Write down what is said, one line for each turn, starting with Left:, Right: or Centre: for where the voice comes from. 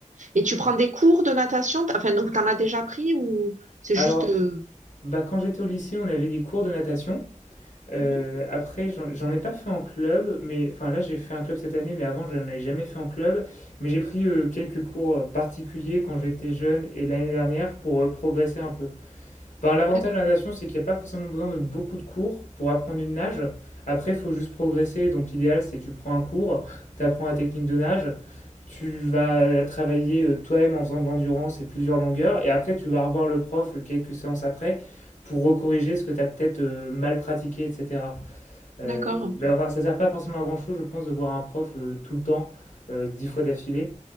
Right: Et tu prends des cours de natation, t- enfin, ou t'en as déjà pris, ou c'est
Left: Alors,
Right: juste. euh,
Left: bah, quand j'étais au lycée, on avait des cours de natation. Euh,
Right: mhm,
Left: après, j'en j'en ai pas fait en club, mais enfin là, j'ai fait un club cette année, mais avant, je n'en avais jamais fait en club. Mais j'ai pris euh, quelques cours particuliers quand j'étais jeune et l'année dernière pour euh, progresser un peu. Bah, l'avantage
Right: D'accord,
Left: de la natation, c'est qu'il n'y a pas forcément besoin de beaucoup de cours pour apprendre une nage. Après, il faut juste progresser. Donc, l'idéal, c'est tu prends un cours, tu apprends la technique de nage, tu vas travailler euh, toi-même en faisant de l'endurance et plusieurs longueurs. Et après, tu vas revoir le prof euh, quelques séances après pour recorriger ce que tu as peut-être euh, mal pratiqué, etc. Euh,
Right: d'accord.
Left: ben, enfin, ça sert pas forcément à grand-chose, je pense, de voir un prof euh, tout le temps, euh, dix fois d'affilée.